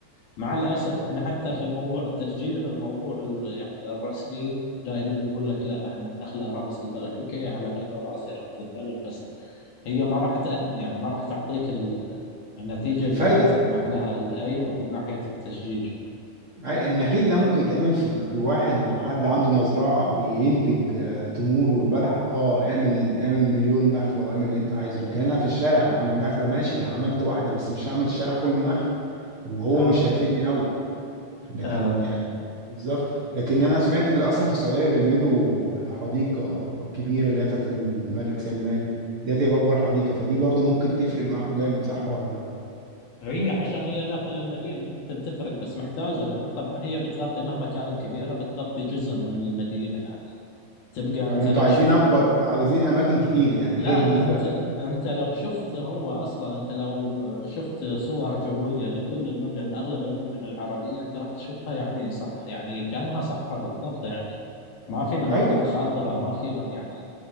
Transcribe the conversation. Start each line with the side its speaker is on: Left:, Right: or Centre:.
Left: مع الأسف احنا حتى في موضوع التشجير الموضوع ال- يعني الرسمي دائما يقول لك لا احنا النخلة رمز البلد اوكي على عيني وراسي رمز البلد بس هي ما راح تأدي يعني ما راح تعطيك ال- النتيجة
Right: الفايدة
Left: اللي انت تطمح لها الآيوة من ناحية التشجير
Right: عي- النخيل ده ممكن يتعمل في, في واحد لو حد عنده مزرعة بينتج آه، تمور والبلح اه اعمل اعمل مليون نخلة واعمل اللي انت عايزه لكن انا في الشارع عامل نخلة ماشي عملت واحدة بس مش هعمل الشارع كله نخل وهو
Left: اه
Right: مش هيفيدني قوي لكن
Left: آه،
Right: بالظبط لكن انا سمعت اللي اصلا في السعوديه بيعملوا حديقه كبيره اللي هي بتاعت الملك سلمان دي هتبقى اكبر حديقه فدي برضو ممكن تفرق معاكم جامد صح ولا
Left: هي عشان هي داخل المدينة ممكن تفرق بس محتاجة لأن طبعا هي بتغطي مهما كانت كبيرة بتغطي جزء من المدينة يعني تبقى
Right: يعني
Left: أنت
Right: انتوا
Left: لو
Right: عايزين
Left: شفت
Right: اكبر عايزين اماكن كتير يعني
Left: لا
Right: غير دي
Left: انت
Right: بقى
Left: انت لو شفت هو اصلا انت لو آه، شفت صور جويه لكل المدن اغلب المدن العربيه انت راح تشوفها يعني صح يعني كانها صحراء بالضبط يعني ما في مناطق
Right: ايوه
Left: خضراء ما في من يعني